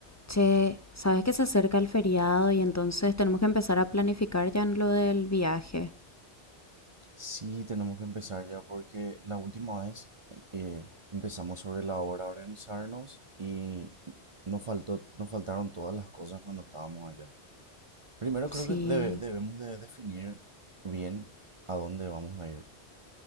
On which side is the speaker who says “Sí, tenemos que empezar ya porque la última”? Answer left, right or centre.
Right